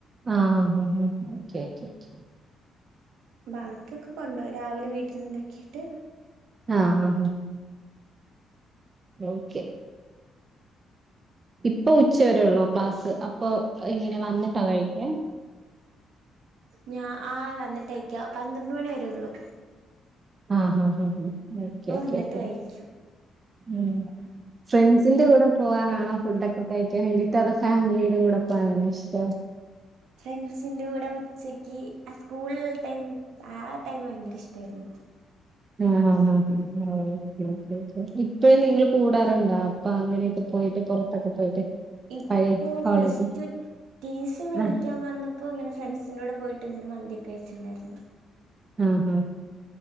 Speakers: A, on the right (about 35°); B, on the right (about 85°).
A: ആ ആ ഓക്കേ ക്കേ ക്കേ
B: ബാക്കിഒക്കെ കൊണ്ടോവും രാവിലെ വീട്ടി ല്ണ്ടാകീട്ട്
A: ആ ആ ഓക്കേ ഇപ്പോ ഉച്ചവരെ ഒള്ളൊ ക്ലാസ്സ് അപ്പോ എങ്ങനാ വന്നിട്ടാ കഴിക്യാ
B: ഞാ ആ വന്നിട്ടാ കഴിക്കാ പന്ത്രണ്ട് മണി വരെള്ളൂ
A: ആ ആ ആ ഓക്കേ ഓക്കേ
B: വന്നിട്ട്
A: ഉം
B: കഴിക്കും
A: ഫ്രണ്ട്സിന്റെ കൂടെ പോവാനാണോ ഫുഡൊക്കെ കഴിക്കാൻ വേണ്ടിട്ട് അതോ ഫാമിലിയുടെ കൂടെ പോവാനാണോ ഇഷ്ടം
B: ഫ്രണ്ട്സിന്റെ കൂടെ ഉച്ചയ്ക്ക് ആ സ്കൂൾള്ള ടൈമ് ആ ടൈം ഭയങ്കര ഇഷ്ടായിരുന്നു
A: ആ ആ ആ ഓക്കേ ഓക്കേ ഓക്കേ ഇപ്പഴും നിങ്ങള് കൂടാറ്ണ്ടൊ പ്പാ അങ്ങനെയൊക്കെ പോയിട്ട് പൊറത്തൊക്കെ പോയിട്ട്
B: ഇപ്പോ
A: പഴയ college
B: plus two T C മേടിക്കാ
A: ആഹ്
B: വന്നപ്പോങ്ങനെ ഫ്രണ്ട്സിന്റെ കൂടെ പോയിട്ട്ങ്ങനെ മന്തിക്കെ കഴിച്ചിണ്ടായിരുന്നു
A: ആ ആ